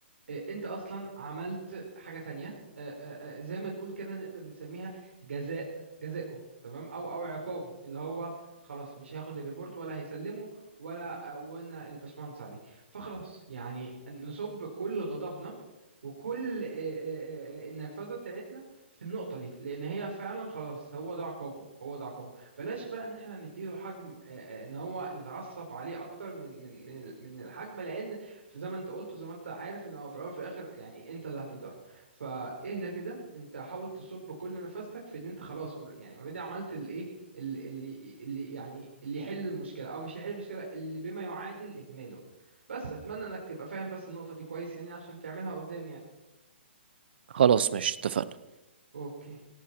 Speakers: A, on the right; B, on the right.
A: آه، انت اصلا عملت حاجه تانية آه، آه، آه، زي ما نقول كده نقدر نسميها جزاء جزاؤه تمام او او عقابه اللي هو خلاص مش هياخد الريبورت ولا هيسلمه ولا آه، ولا الباشمهندس عليه فخلاص يعني نصب كل غضبنا وكل آه، آه، آه، آه، النرفزه بتاعتنا في النقطه دي لان هي فعلا خلاص هو ده عقابه هو ده عقابه بلاش بقى ان احنا نديله حجم آه، آه، ان هو نتعصب عليه اكتر من من من من الحجم لان زي ما انت قلت وزي ما انت عارف ان هو في الاول وفي الاخر يعني انت اللي هتتضرر فاهدى كده انت حاول تصب كل نفستك في ان انت خلاص أور- يعني اوريدي عملت الايه ال- اللي اللي يعني اللي يحل المشكله او مش اللي يحل المشكله اللي بما يعادل اهماله بس اتمنى انك تبقى فاهم بس النقطه دي كويس يعني عشان تعملها قدام يعني
B: خلاص ماشي اتفقنا
A: اوكي